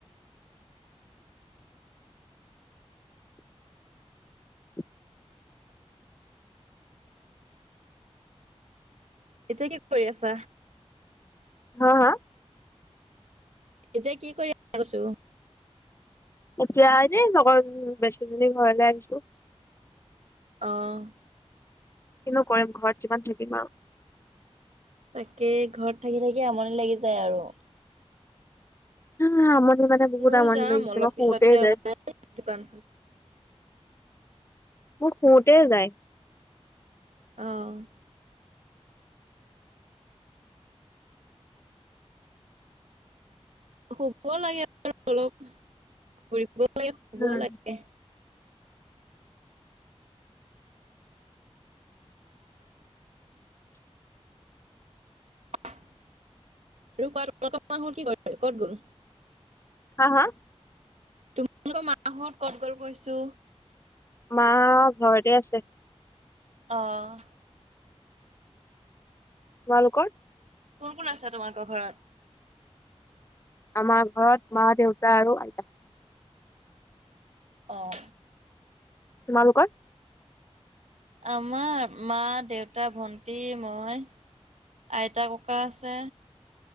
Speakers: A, on the left; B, on the right.
A: <inaudible>
B: এতিয়া কি কৰি আছা?
A: হা, হা?
B: এতিয়া কি কৰি <unintelligible> কচু।
A: এতিয়া এনেই লগৰ বেষ্টপেজনীৰ ঘৰলৈ আহিছিলোঁ।
B: অ'।
A: কিনো কৰিম, ঘৰত কিমান থাকিম আউ।
B: তাকে, ঘৰত থাকি থাকি আমনি লাগি যায় আৰু।
A: আ, আমনি মানে বহুত
B: ময়ো
A: আমনি
B: যাম
A: লাগিছে,
B: অলপ
A: মই শুওতে
B: পিছতকে
A: যায়।
B: ওলাই দোকান
A: মো শুওঁতে যায়।
B: অ'। শুব লাগে আৰু অলপ। ফুৰিবও লাগে, শুবও
A: উম,
B: লাগে।
A: <inaudible>
B: <unintelligible> কি কয়- ক'ত গ'ল?
A: হা? হা?
B: তোমালোকৰ মাহত ক'ত গ'ল কৈছো?
A: মা ঘৰতে আছে।
B: অঁ,
A: তোমালোকৰ,
B: কোন কোন আছে তোমালোকৰ ঘৰত
A: আমাৰ ঘৰত মা-দেউতা আৰু আইতা।
B: অঁ,
A: তোমালোকৰ,
B: আমাৰ মা-দেউতা, ভন্টি, মই আইতা, ককা আছে।